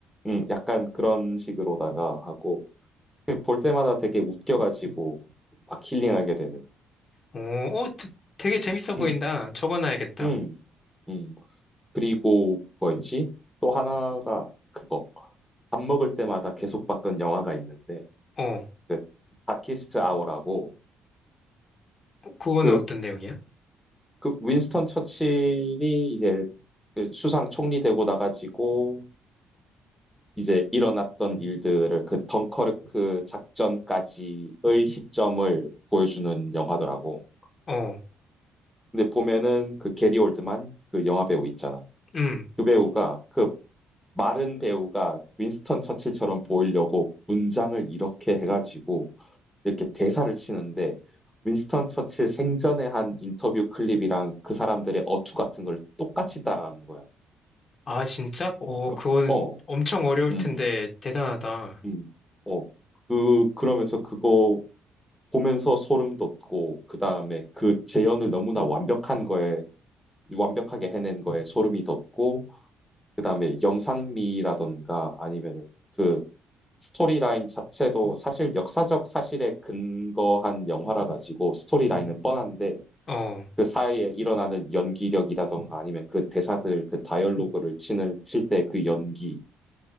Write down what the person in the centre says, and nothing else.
음. 약간 그런 식으로다가 하고 그볼 때마다 되게 웃겨가지고 막 힐링하게 되는.
음.
음. 음. 그리고 뭐였지? 또 하나가 그거. 밥 먹을 때마다 계속 봤던 영화가 있는데
그 다키스트 아워라고
그
그 윈스턴 처칠이 이제 그 수상 총리 되고 나가지고 이제 일어났던 일들을 그 덩커르크 작전까지의 시점을 보여주는 영화더라고.
근데 보면은 그 게리 올드만 그 영화 배우 있잖아.
그 배우가 그 마른 배우가 윈스턴 처칠처럼 보이려고 문장을 이렇게 해가지고 이렇게 대사를 치는데 윈스턴 처칠 생전에 한 인터뷰 클립이랑 그 사람들의 어투 같은 걸 똑같이 따라하는 거야.
어,
어,
음,
음, 어, 그, 그러면서 그거 보면서 소름 돋고, 그 다음에 그 재현을 너무나 완벽한 거에, 완벽하게 해낸 거에 소름이 돋고, 그 다음에 영상미라던가 아니면은 그 스토리라인 자체도 사실 역사적 사실에 근거한 영화라 가지고 스토리라인은 뻔한데,
그 사이에 일어나는 연기력이라던가 아니면 그 대사들, 그 다이얼로그를 치는, 칠 때 그 연기,